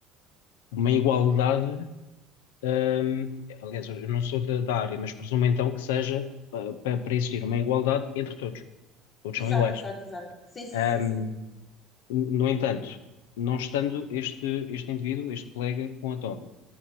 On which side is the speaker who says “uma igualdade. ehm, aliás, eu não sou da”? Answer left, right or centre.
Left